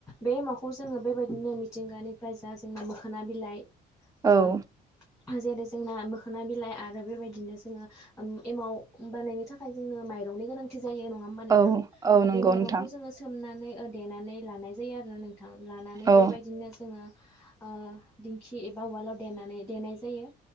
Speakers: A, on the left; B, on the right.
A: बे एमाखौ जोङो बेबायदिनो मिथिंगानिफ्राय जा जोङो मोखोना बिलाइ ओ
B: औ।
A: जेरै जोंना मोखोना बिलाइ आरो बेबायदिनो जोङो एमाव बानायनो थाखाय जोंनो मायरं नि गोनां थिंजाय न'आव होनब्ला नों
B: औ
A: थां
B: औ नंगौ
A: बे मायरं
B: नोंथां
A: खौ जोङो सोमनानै देनानै लानाय जायो आरो ना नोंथां लानानै
B: औ
A: बेबायदिनो जोङो ओ दिंखि एबा उवालाव देनानै देनाय जायो।